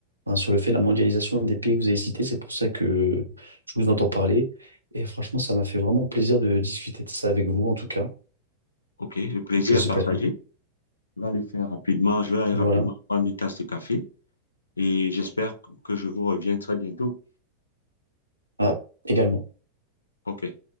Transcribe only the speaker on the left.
OK, le plaisir
est partagé.
Je vais aller faire rapidement, je vais aller
rapidement
prendre une tasse de café et j'espère que je vous reviens très bientôt.
OK.